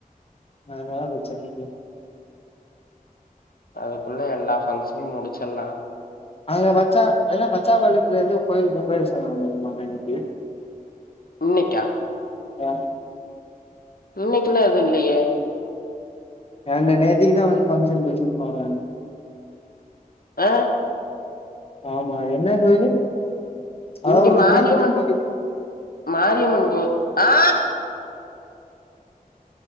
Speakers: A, on the left; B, on the left.
A: அதுனால ப்ரச்சன இல்ல
B: அதுக்குள்ள எல்லா ஃபங்ஸனை முடிச்சர்லா
A: அங்க பச்சா எல்லா பச்சாம்பாளயத்துல எதோ கோயிலு <unintelligible> இன்னக்கி
B: இன்னைக்கா
A: ஆ
B: இன்னைக்குல்லா எதுல்லயே
A: ஏன்ட நேத்திக்குதா வந்து ஃபங்ஷன் பேசிட் போனாங்க
B: ஆ
A: ஆமா என்ன கோயிலு அதா
B: இங்க
A: ஒருத்தர்
B: மாரியம்மன்
A: வீட்ல கோயில்
B: மாரியம்மன் கோ ஆ